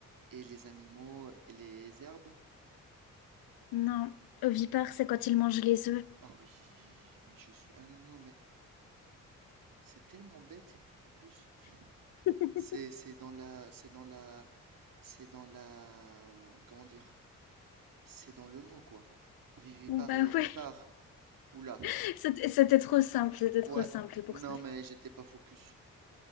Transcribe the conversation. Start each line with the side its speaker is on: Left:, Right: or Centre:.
Right: et les animaux et les herbes?
Left: Non, ovipare, c'est quand il mange les œufs.
Right: Ah oui, mais je suis ah non, non, mais c'est tellement bête en plus.
Left: <laughs>
Right: C'est c'est dans la c'est dans la c'est dans la comment dire? C'est dans le mot quoi. Vivipare
Left: Bon, bah
Right: et ovipare.
Left: ouais,
Right: Oula.
Left: <laughs> c'était c'était trop simple, c'était trop
Right: Ouais.
Left: simple pour
Right: Non
Left: ça.
Right: mais j'étais pas focus.